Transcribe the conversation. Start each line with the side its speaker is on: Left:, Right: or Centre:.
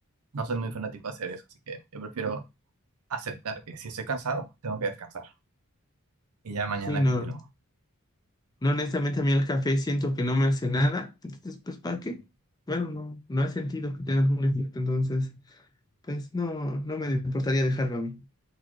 Right: no soy muy fanático de hacer eso, así que yo prefiero aceptar que si estoy cansado, tengo que descansar y ya mañana
Left: sí, no,
Right: continúo.
Left: no, honestamente a mí el café siento que no me hace nada. Entonces, pues, ¿para qué? Bueno, no, no he sentido que tenga algún efecto. Entonces, pues no, no me importaría dejarlo a mí.